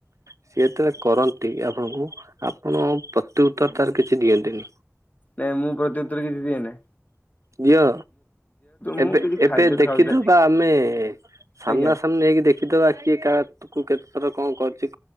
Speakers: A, on the right (about 80°); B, on the left (about 30°).
A: ସିଏ ଯେତେବେଳେ କରନ୍ତି ଆପଣଙ୍କୁ ଆପଣ ପ୍ରତି ଉତ୍ତର ତାର କିଛି ଦିଅନ୍ତିନି।
B: ନାଇଁ ମୁଁ ପ୍ରତି ଉତ୍ତର କିଛି ଦିଏ ନା।
A: ଝିଅ
B: ମୁଁ
A: ଏବେ
B: କିଛି
A: ଏବେ
B: ଖାଦ୍ୟ
A: ଦେଖିଦବା
B: ଖାଉଥାଏ
A: ଆମେ ସାମ୍ନା
B: ଆଜ୍ଞା
A: ସାମ୍ନି ହେଇକି ଦେଖିଦବା କିଏ କାହାକୁ କେତେ ଥର କଣ କରଚି।